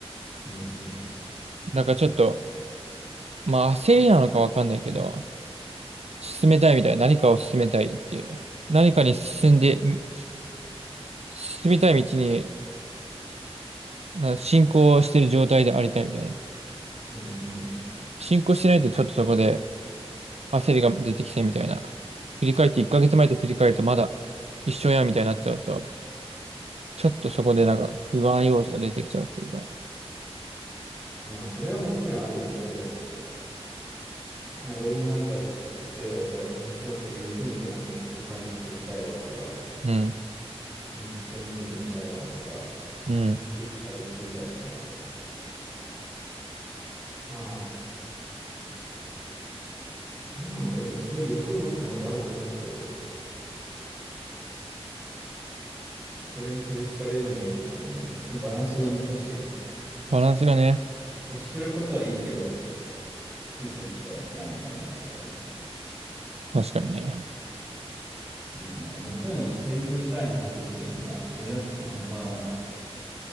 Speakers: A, on the right (about 15°); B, on the right (about 80°).
A: うんうん。
B: だからちょっと、まあ焦りなのかわかんないけど、進めたいみたいな。何かを進めたいっていう。何かに進んで、ん進みたい道にな進行してる状態でありたいみたいな。
A: うんうん。
B: 進行してないとちょっとそこで焦りが出てきてみたいな。振り返って1ヶ月前と振り返るとまだ一緒やみたいになっちゃうと、ちょっとそこでなんか不安要素が出てきちゃうっていうか。
A: まあそれはもちろんあるよね。でも、今俺もなんか、例えば、じゃあ、もちろんそういう欲みたいなんじゃん。お金稼ぎたいわとか、
B: うん。
A: めっちゃモテてみたいわとか、
B: うん。
A: めっちゃいい体作りたいみたいな。まあ、どうなんだろうね。そういう欲持つのは悪くないけど、それに取り憑かれるのも良くないよね、みたいな。そのバランスが難しいよね。
B: バランスがね。
A: 欲することはいいけど、執着してはいけないみたいなやつあるよね。
B: 確かにね。
A: うん、だからもちろん成長したいなっていうことはいいんじゃないの。俺だってなんかまだまだ